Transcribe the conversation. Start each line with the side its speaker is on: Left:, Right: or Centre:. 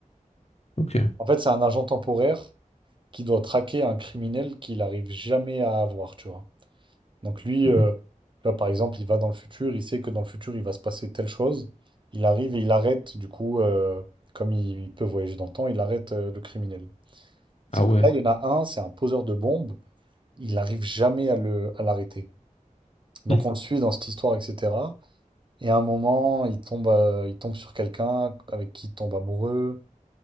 Left: Ok.
Right: En fait, c'est un agent temporaire. qui doit traquer un criminel qu'il n'arrive jamais à avoir, tu vois. Donc lui, euh,
Left: Mhm.
Right: tu vois, par exemple, il va dans le futur, il sait que dans le futur, il va se passer telle chose. Il arrive et il arrête, du coup, euh, comme il, il peut voyager dans le temps, il arrête euh, le criminel. Sauf
Left: Ah ouais.
Right: que là, il y en a un, c'est un poseur de bombes, il n'arrive jamais à le, à l'arrêter. Donc
Left: Hmm.
Right: on le suit dans cette histoire, etc. Et à un moment, il tombe, euh, il tombe sur quelqu'un avec qui il tombe amoureux.